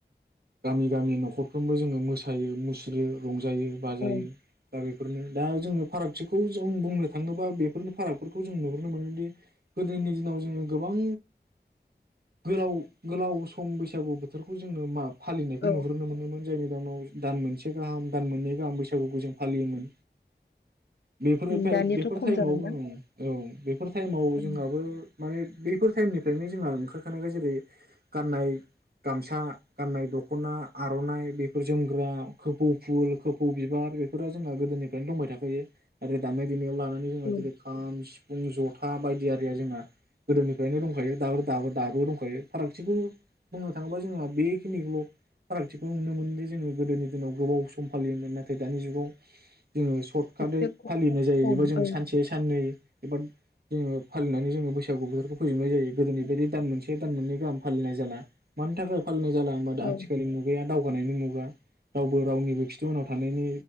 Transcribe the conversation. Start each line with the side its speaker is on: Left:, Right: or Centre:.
Right: गामि गामि नखरफ्रोमबो जोङो मोसायो मुसुरो रंजा <inaudible> रंजायो बाजायो
Left: औ
Right: दा बेफोरनो दा जों फारागथिखौ जों बुंनो थाङोबा बेफोरनि फारागफोरखौ जों नुहुरनो मोनोदि गोदोनि दिनाव जोङो गोबां गोलाव गोलाव सम बैसागु बोथोरखौ जोङो माब <inaudible> फालिनायखौ
Left: औ
Right: नुहुरनो मोनोमोन जायनि <inaudible> नाव दान मोनसे गाहाम दान मोननै गाहाम बैसागुखौ जों फालियोमोन बेफोर <inaudible>
Left: उम दानियाथ'
Right: बेफोर
Left: खम
Right: टाइमाव
Left: जाबायना
Right: जों औ बेफोर टाइमाव
Left: औ
Right: जोंहाबो माने बेफोर टाइमनि बेफोरनि जोंहा ओंखारखानायखौ जेरै गाननाय गामसा गाननाय दखना आरनाइ बेफोर जोमग्रा खोफौ फुल खोफौ बिबार बेफोरा जोंहा गोदोनिफ्रायनो दंबाय था <inaudible> <inaudible> आरो दानाय देनायाव लु <inaudible> नानै जोंहा
Left: औ
Right: जेरै खाम सिफुं ज <inaudible> खथा बायदियारिया जोंहा गोदोनिफ्रायनो दंखायो दाबो दाबो दाबो दंखायो फारागथिखौ बुंनो थाङोबा जोंहा बेखिनिखौल फारागथिखौ नुनो मोनोदि जोङो गोदोनि दिनाव गोबाव सम फालियोमोन नाथाय दानि जुगाव जोङो <inaudible> खादै
Left: एसे खम
Right: फालिनाय जायो
Left: औ
Right: बेखौ जों
Left: औ
Right: सानसे साननै एबा जोङो फालिनानै जोङो बैसागु बेफोरखौ फोजोबनाय जायो गोदोनि बायदि दान मोनसे <inaudible> दान मोननै गाहाम फालिनाय जाला मानिथाखाय फालिनाय <inaudible> जाला होनबा दा
Left: औ
Right: आथिखाल मुगाया दा <inaudible> <inaudible> गानायनि मुगा रावबो रावनिबो खिथि उनाव थानायनि